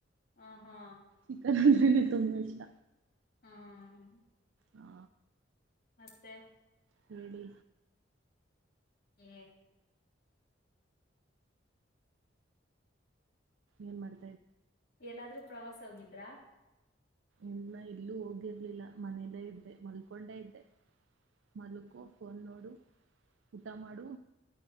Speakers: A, on the left (about 50°); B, on the right (about 80°).
A: ಹ ಹಾ
B: ಚಿಕನ್ ಕಿ ತುಂಬಾ ಇಷ್ಟ
A: ಹ್ಮ್
B: ಹಾ
A: ಮಸ್ತೆ
B: ಹೇಳಡಿ
A: ಹ
B: ಏನ್ ಮಾಡಿ
A: ಎಲ್ಲಾದ್ರೂ ಪ್ರವಾಸ ಹೋಗಿದ್ರಾ
B: ಇಲ್ಲ ಇಲ್ಲೂ ಹೋಗಿರ್ಲಿಲ್ಲ ಮನೇಲ್ಲೇ ಇದ್ದೆ ಮಲ್ಕೊಂಡೆ ಇದ್ದೆ ಮಲಕು ಫೋನ್ ನೋಡು ಊಟ ಮಾಡು